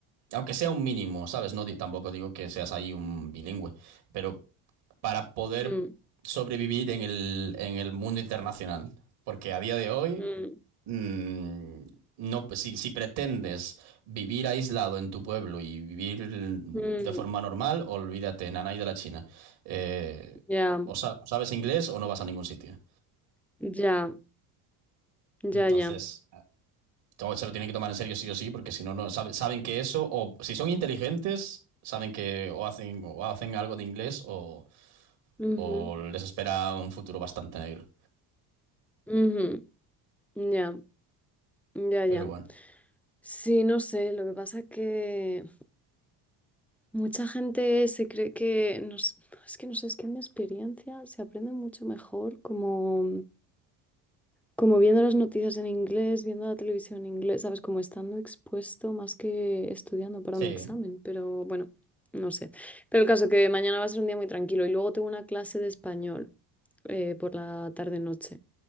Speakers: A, on the right; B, in the centre.
A: aunque sea un mínimo, ¿sabes? No, di- tampoco digo que seas ahí un bilingüe, pero para poder
B: Mm,
A: sobrevivir en el, en el mundo internacional. Porque a día de hoy,
B: mm,
A: mm, no, pues, si, si pretendes vivir aislado en tu pueblo y vivir de
B: mm.
A: forma normal, olvídate, nanay de la China. Eh,
B: Ya,
A: o, sa- o sabes inglés o no vas a ningún sitio.
B: ya,
A: Entonces,
B: ya, ya.
A: to- se lo tienen que tomar en serio sí o sí, porque si no, no sabe- saben que eso, o si son inteligentes, saben que o hacen, o hacen algo de inglés o,
B: Ujú,
A: o les espera un futuro bastante negro.
B: ujú. Ya, ya,
A: Pero
B: ya.
A: bueno,
B: Sí, no sé, lo que pasa que mucha gente se cree que, no s- es que no sé, es que en mi experiencia se aprende mucho mejor como, como viendo las noticias en inglés, viendo la televisión en inglés, ¿sabes? Como estando expuesto más que estudiando para
A: sí.
B: un examen, pero bueno, no sé. Pero el caso que mañana va a ser un día muy tranquilo y luego tengo una clase de español eh, por la tarde-noche